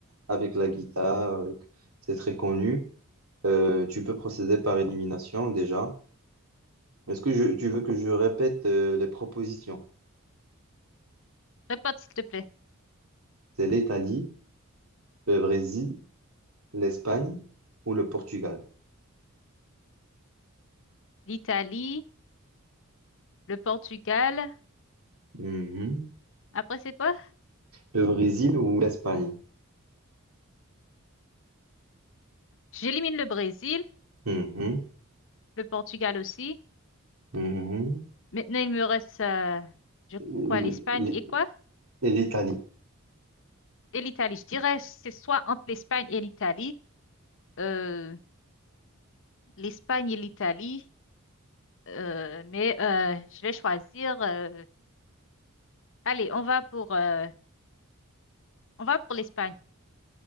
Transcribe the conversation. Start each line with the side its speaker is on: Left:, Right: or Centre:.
Right: avec la guitare, avec... c'est très connu. Euh, tu peux procéder par élimination déjà. Est-ce que je- tu veux que je répète euh, les propositions?
Left: <laughs> Répète, s'il te plaît.
Right: C'est l'Italie, le Brésil, l'Espagne ou le Portugal?
Left: L'Italie, le Portugal.
Right: Mhm.
Left: Après, c'est quoi?
Right: Le Brésil ou l'Espagne?
Left: J'élimine le Brésil,
Right: Mhm.
Left: le Portugal aussi.
Right: Mhm.
Left: Maintenant, il me reste, euh, je
Right: L-
Left: crois, l'Espagne
Right: l-
Left: et quoi?
Right: Et l'Italie.
Left: Et l'Italie. Je dirais, c'est soit entre l'Espagne et l'Italie, euh, l'Espagne et l'Italie, euh, mais euh, je vais choisir. euh, allez, on va pour, euh, on va pour l'Espagne.